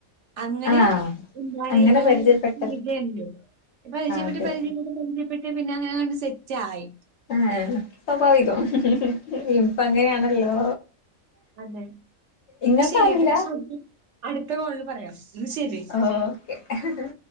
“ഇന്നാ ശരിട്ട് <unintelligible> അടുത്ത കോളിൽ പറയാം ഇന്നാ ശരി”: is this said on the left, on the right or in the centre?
Right